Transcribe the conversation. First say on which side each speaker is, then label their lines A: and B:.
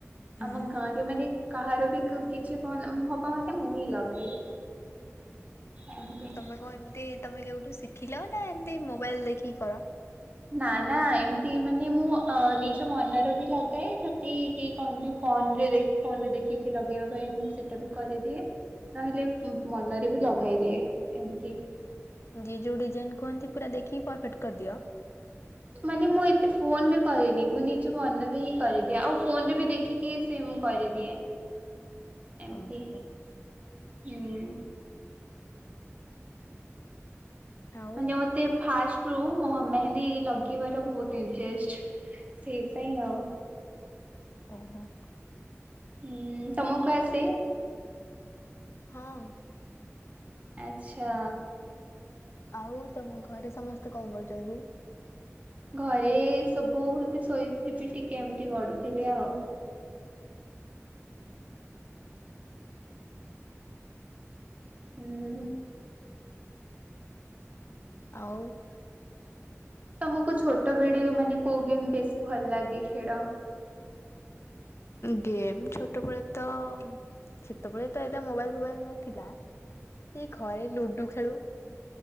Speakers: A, on the left; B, on the right.
A: ହୁଁ।
B: ଆମ ଗାଁରେ ମାନେ କାହାର ବି କ- କିଛି ଭଲ ହବ ମାନେ ମୁଁ ହିଁ ଲଗାଏ। ଆଜ୍ଞା।
A: ତୋମେ କଣ ଏମତି ତୋମେ କେଉଠୁ ଶିଖିଲ ନା ଏମତି ମୋବାଇଲ୍ ଦେଖିକି କର?
B: ନା ନା ଏମତି ମାନେ ମୁଁ ଅ, ନିଜ ମନରୁ ବି ଲଗାଏ, ଯଦି କି କହନ୍ତି ଫୋନ୍ ରେ ଦେ ଫୋନ୍ ରେ ଦେଖିକି ଲଗେଇବା ପାଇଁ ମୁଁ ସେଟା ବି କରିଦିଏ। ନହେଲେ ମନରେ ବି ଲଗେଇଦିଏ ଏମତି।
A: ଯିଏ ଯୋଉ ଡିଜାଇନ୍ କୁହନ୍ତି ପୁରା ଦେଖିକି ପରଫେକ୍ଟ କରିଦିଅ?
B: ମାନେ ମୁଁ ଏତେ ଫୋନ୍ ରେ କହିନି, ମୁଁ ନିଜ ମନରୁ ହିଁ କରିଦିଏ। ଆଉ ଫୋନ୍ ରେ ବି ଦେ ଦେଖିକି ସେମ୍ ମୁଁ କରିଦିଏ, ଏମତି
A: ଓହୋ।
B: ହୁଁ,।
A: ଆଉ
B: ମାନେ ମୋତେ ଫାଷ୍ଟ ରୁ ମହ ମେହେନ୍ଦୀ ଲଗେଇବାର ବହୁତ ଇଣ୍ଟ୍ରେଷ୍ଟ। ସେଇପାଇଁ ଆଉ।
A: ଓହୋ।
B: ହୁଁ, ତୋମକୁ ଆସେ?
A: ହଁ।
B: ଆଚ୍ଛା।
A: ଆଉ ତୋମ ଘରେ ସମସ୍ତେ କଣ କରୁଛନ୍ତି?
B: ଘରେ ସବୁ ଏବେ ଶୋଇଥି <unintelligible> ଟିକେ ଏମିତି ଗଡୁଥିବେ ଆଉ। ହୁଁ।
A: ଆଉ
B: ତୋମକୁ ଛୋଟ ବେଡେ ମାନେ କୋଉ ଗେମ୍ ବେଶୀ ଭଲ ଲାଗେ ଖେଳ?
A: ଗେମ୍ ଛୋଟବେଳେ ତ ସେତେବେଳେ ତ ଏତେ ମୋବାଇଲ୍ ଫୋବାଇଲ୍ ନଥିଲା ଏଇ ଘରେ ଲୁଡୁ ଖେଳୁ।